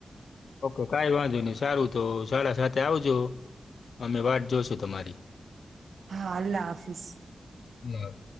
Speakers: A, on the left (about 75°); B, on the right (about 70°).
A: ઓકે કઈ વાંધો નહી સારું તો સાડા સાતે આવજો અમે વાત જોશું તમારી
B: હા અલ્લાહ હાફિજ
A: લબ